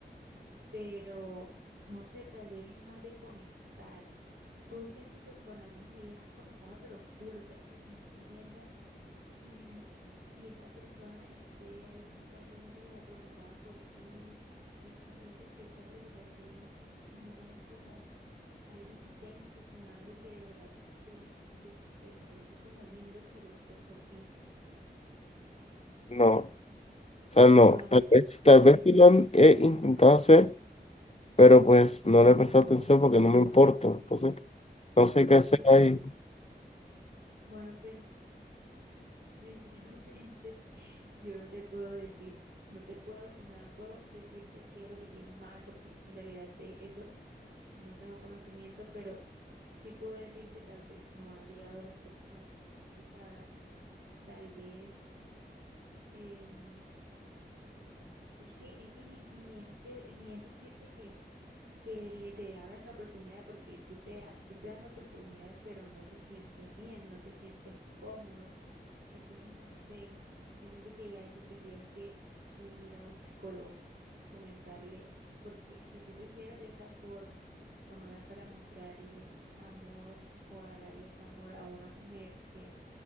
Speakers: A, on the right; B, on the left.
A: pero no sé, tal vez es más de conectar. Tú sientes que con alguna de ellas has conectado, pero full, o sea, que se entiendan y, y esa persona esté ahí constantemente como preocupada por ti y tú sientes que esa preocupación no es como algo intenso, sino algo que de verdad te, te, te parece como lindo que se preocupen por ti.
B: no, o sea, no,
A: No hacen,
B: tal vez,
A: no
B: tal
A: hacen,
B: vez sí lo han- he intentado hacer pero pues no le presté atención porque no me importa. Entonces, no sé
A: no
B: qué hacer
A: te importa.
B: ahí.
A: Bueno, pues <laughs> sinceramente yo no te puedo decir, no te puedo, o sea, no puedo decirte qué es lo que tienes mal, porque en realidad de eso no tengo conocimiento, pero sí puedo decir que tal vez no ha llegado la persona indicada, tal vez, em, es que, es que ni, ni es que, ni es decirte que, que te abras la oportunidad, porque tú te, ha- tú te das la oportunidad, pero no te sientes bien, no te sientes cómodo Entonces, no sé, yo siento que ya eso tendrías que eh, ir a un psicólogo, comentarle, porque si tú te cierras de esa forma o no das para mostrarle amor o agarrarle ese amor a una mujer que,